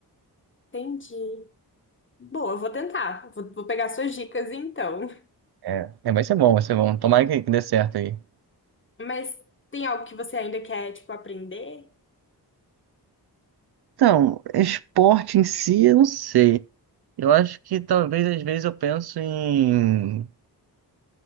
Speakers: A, on the left; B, on the right.
A: entendi. Boa, eu vou tentar. Vou, vou pegar suas dicas então.
B: É, é, vai ser bom, vai ser bom. Tomara que que dê certo aí.
A: Mas tem algo que você ainda quer, tipo, aprender?
B: Então, esporte em si, eu não sei. Eu acho que talvez às vezes eu penso em